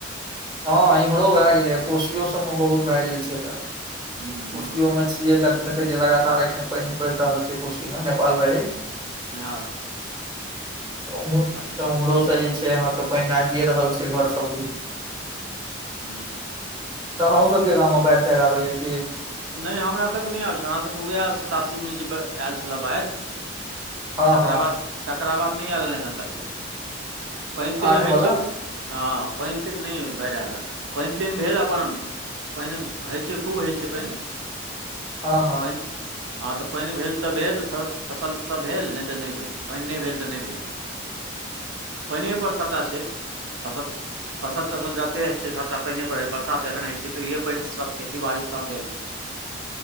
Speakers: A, on the right (about 20°); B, on the right (about 80°).
A: हँ इमहरो भए गेलैए कोसियो सभमे बहुत भए गेल छै त
B: हूँ हूँ
A: खशी ओम छ देखैय लगातार एखन पानि छड़ि रहल छै कुशी मे नेपाल भैरिज
B: आ
A: उमहरो
B: छै
A: से जे छै अहाँक पैन आबिए रहल छै घर सबद
B: ह
A: तऽ अहूँ सबके गामव मे बाढ़ि चाढ़ आबया क
B: नहि हमरासभके नहि आयल छल हमरासभके उएह सतासीमे जे आयल छलए बाढ़
A: हँ
B: तकरा
A: हँ
B: बाद तकरा बाद नहि आयल हन एखन तक बेर पानि तानि
A: आठ
B: होइ
A: वला
B: छ हँ पानितिन नहि बढ़ आल ह पान तानि भेल अप पानि होइत छै खूब होइत छै पानि
A: हँ हँ
B: पनि हँ तऽ पानि भेल तऽ भेल फ फसल त भेल नहि तऽ नहि भेल पानि नहि भेल तऽ नहि भे
A: <inaudible>
B: पानिएपर सभटा छै फस फसल तसल जतेक होइ छै सभटा पानिए पड़ छै बरसात जखन होइ छै तऽ ओहिए पानिसँ सभ खेतीबाड़ी सभ भे